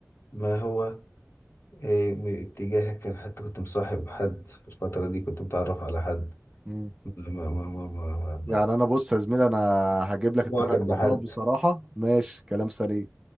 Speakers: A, on the left (about 55°); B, on the right (about 15°).
A: ما هو إيه، م- اتجاهك كان حتى كنت مصاحب حد في الفترة دي كنت متعرف على حد
B: مم.
A: ما ما ما ما ما ما ما-
B: يعني انا بص يا زميلي انا هجيب لك اتفاق
A: معجب بحد
B: بصراحه ماشي كلام سليم